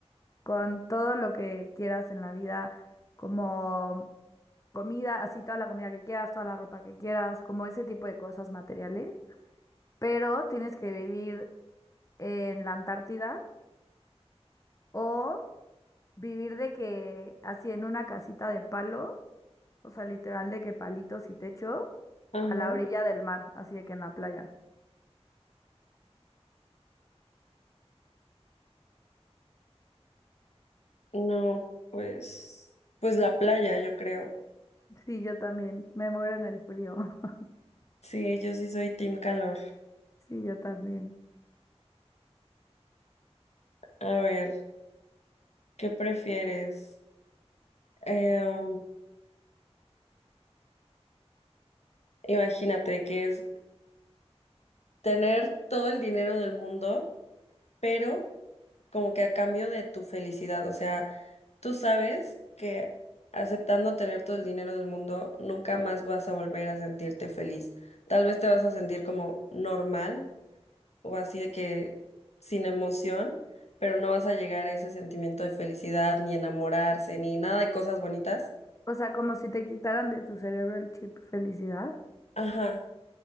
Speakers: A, on the left (about 30°); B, on the left (about 75°).
A: con todo lo que quieras en la vida, como comida, así toda la comida que quieras, toda la ropa que quieras, como ese tipo de cosas materiales? pero tienes que vivir en la Antártida o vivir de que así en una casita de palo, o sea, literal de que palitos y techo,
B: Ajá.
A: a la orilla del mar, así de que en la playa.
B: No, pues, pues la playa, yo creo.
A: Sí, yo también, me muero en el frío. <laughs>
B: Sí, yo sí soy team calor.
A: Sí, yo también.
B: A ver, ¿qué prefieres? Em, imagínate que es tener todo el dinero del mundo, pero como que a cambio de tu felicidad, o sea, Tú sabes que aceptando tener todo el dinero del mundo, nunca más vas a volver a sentirte feliz. Tal vez te vas a sentir como normal o así de que sin emoción, pero no vas a llegar a ese sentimiento de felicidad, ni enamorarse, ni nada de cosas bonitas.
A: O sea, como si te quitaran de tu cerebro el chip felicidad,
B: Ajá,